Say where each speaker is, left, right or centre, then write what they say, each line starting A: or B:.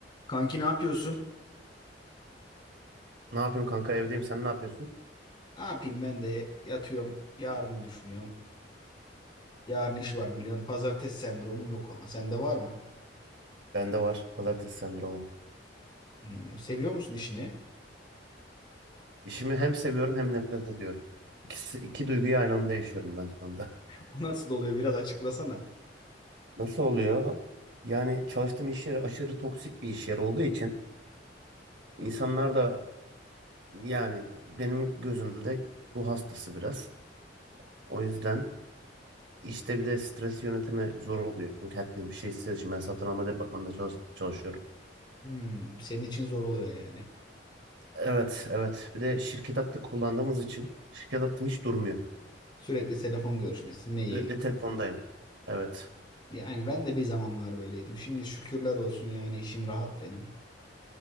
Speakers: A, on the left; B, on the right.
A: Kanki ne yapıyorsun?
B: Ne yapıyorum kanka evdeyim sen ne yapıyorsun?
A: Ne yapayım ben de yatıyorum. Yarını düşünüyorum. Yarın iş var biliyorsun. Pazartesi sendromum yok ama sende var mı?
B: Bende var pazartesi sendromu.
A: Hmm, seviyor musun işini? <laughs>
B: İşimi hem seviyorum hem nefret ediyorum. İkisi, iki duyguyu aynı anda yaşıyorum ben şu anda.
A: O nasıl oluyor biraz açıklasana.
B: Nasıl oluyor? Yani çalıştığım iş yeri aşırı toksik bir iş yeri olduğu için insanlar da yani benim gözümde ruh hastası biraz. O yüzden işte bir de stres yönetimi zor oluyor. Çünkü herkes bir şey istediği için ben satın alma departmanında çalış- çalışıyorum.
A: Hmm, senin için zor oluyor yani.
B: Evet evet bir de şirket hattı kullandığımız için şirket hattım hiç durmuyor.
A: Sürekli telefon görüşmesi, mail.
B: Sürekli telefondayım. Evet.
A: Yani ben de bir zamanlar böyleydim. Şimdi şükürler olsun yani işim rahat benim.